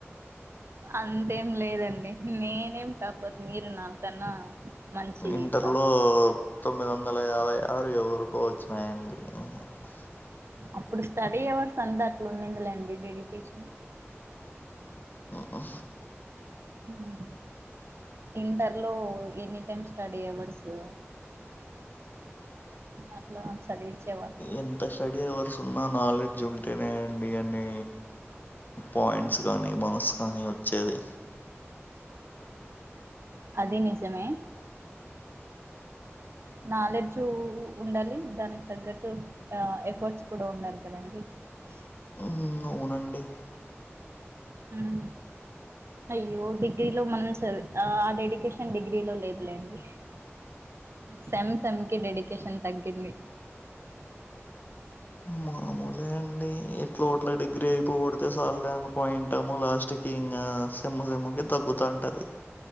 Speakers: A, on the right (about 60°); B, on the left (about 40°).
A: అంతేం లేదండి నేనేం టాపర్ మీరు నాకన్నా మంచీ
B: ఇంటర్లో
A: టాపర్
B: తొమ్మిది వందల యాభై ఆరు <inaudible>
A: అప్పుడు స్టడీ అవర్స్ అంత అట్లా ఉండింది లేండి డెడికేషన్
B: ఆ
A: మ్ ఇంటర్ లో ఎనీ టైమ్ స్టడీ అవర్సు అట్లా చదివించేవాల్లు
B: ఎంత స్టడీ అవర్స్ ఉన్నా నాలెడ్జ్ ఉంటేనే అండి అన్నీ పాయింట్స్ కానీ మాక్స్ కానీ ఒచ్చేది
A: అదీ నిజమే నాలెడ్జూ ఉండాలి దానిక్ తగ్గట్టు ఎఫర్ట్స్ కూడ ఉండాలి కదండి అ
B: మ్ హ్ అవునండి
A: మ్ అయ్యో డిగ్రీలో మనం చద్ ఆ డెడికేషన్ డిగ్రీలో లేద్లేండి సెమ్ సమ్కి డెడికేషన్ తగ్గింది
B: మాములె అండి ఎట్ల ఒట్ల డిగ్రీ అయిపోగొడతే చాల్లేను పోయింటాము లాస్ట్ కి ఇంకా సెమ్ము సెమ్ముకి తగ్గు తుంటుది